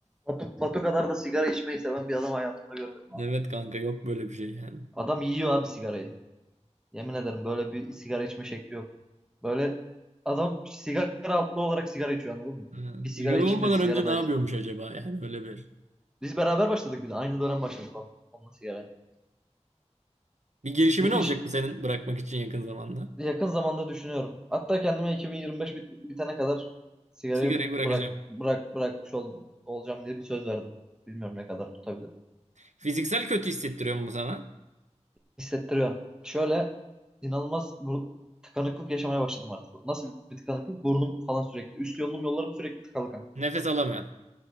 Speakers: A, in the centre; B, on the right.
A: Batu, Batu kadar da sigara içmeyi seven bir adam hayatımda görmedim.
B: Evet kanka yok böyle bir şey yani.
A: Adam yiyor abi sigarayı. Yemin ederim böyle bir sigara içme şekli yok. Böyle adam sigara altlı olarak sigara içiyor anladın mı?
B: Ha.
A: Bir sigara
B: Sigara
A: içeyim
B: olmadan
A: de bir sigara
B: önce ne
A: daha
B: yapıyormuş
A: içeyim.
B: acaba yani öyle bir.
A: Biz beraber başladık bir de. Aynı dönem başladık onunla, onunla sigara.
B: Bir girişimin
A: Bir gün
B: olacak
A: ş-
B: mı senin bırakmak için yakın zamanda?
A: Yakın zamanda düşünüyorum. Hatta kendime 2025 bit bitene kadar sigarayı
B: Sigarayı bırakacağım.
A: bırak bırak bırakmış ol olacağım diye bir söz verdim. Bilmiyorum ne kadar tutabilirim.
B: Fiziksel kötü hissettiriyor mu sana?
A: Hissettiriyor. Şöyle inanılmaz bu tıkanıklık yaşamaya başladım artık. Nasıl bir tıkanıklık? Burnum falan sürekli. Üst yolum yollarım sürekli tıkalı kanka.
B: Nefes alamıyor.